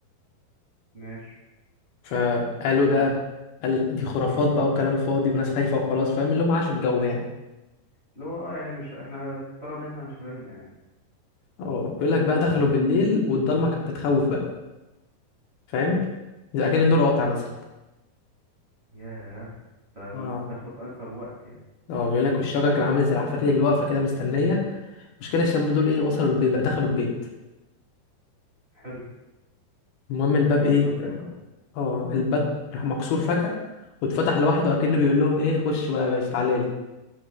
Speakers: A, on the right; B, on the left.
A: ماشي
B: فقالوا إيه بقى
A: ايه
B: قال دي خرافات بقى وكلام فاضي وناس خايفه وخلاص فاهم اللي هم عاشوا الجو يعني
A: اللي هو اه يعني مش احنا ترى ان احنا مش حبايبنا يعني
B: اه بيقول لك بقى دخلوا بالليل والضلمه كانت بتخوف بقى فاهم زي كان النور قاطع مثلا
A: ياه ده
B: اه
A: دخلوا في انسب وقت يعني
B: اه بيقول لك والشجر كان عامل زي العفاريت اللي واقفه كده مستنيه المشكله الشباب دول ايه وصلوا البيت بقى دخلوا البيت
A: حلو
B: المهم الباب ايه
A: ما ده ما ده خلاص
B: اه الباب راح مكسور فجأة واتفتح لوحده اكنه بيقول لهم ايه خش بقى يا باشا تعالى لي